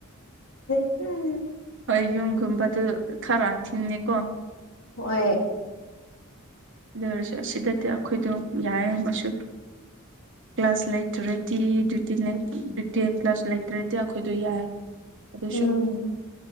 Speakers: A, on the left; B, on the right.
A: ꯎꯝ
B: ꯍꯣꯏ ꯌꯨꯝꯒꯨꯝꯕꯗꯨ ꯈꯔ ꯊꯤꯡꯉꯦꯀꯣ
A: ꯍꯣꯏ
B: ꯑꯗꯨ ꯑꯣꯏꯔꯁꯨ ꯑꯁꯤꯗꯗꯤ ꯑꯩꯈꯣꯏꯗꯣ ꯌꯥꯔꯝ ꯑꯃꯁꯁꯨ ꯀ꯭ꯂꯥꯁ ꯂꯩꯇ꯭ꯔꯗꯤ ꯗ꯭ꯌꯨꯇꯤ ꯂꯩ ꯗ꯭ꯌꯨꯇꯤ ꯀ꯭ꯂꯥꯁ ꯂꯩꯇ꯭ꯔꯗꯤ ꯑꯩꯈꯣꯏꯗꯣ ꯌꯥꯏ ꯑꯗꯨꯁꯨ
A: ꯎꯝ